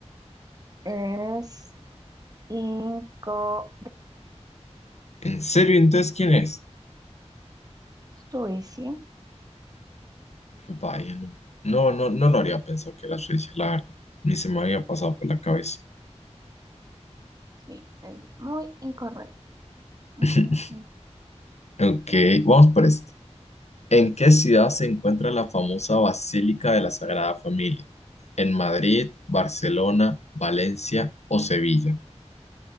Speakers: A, on the right; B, on the left.
A: Es incorrecto.
B: ¿En serio entonces quién es?
A: Suecia.
B: Vaya, no. No, no, no lo habría pensado que era Suiza, la verdad. Ni se me había pasado por la cabeza.
A: Sí, es muy incorrecto. Mm,
B: <laughs>
A: mm, mm.
B: Ok, vamos por esto. ¿En qué ciudad se encuentra la famosa Basílica de la Sagrada Familia? ¿En Madrid, Barcelona, Valencia o Sevilla?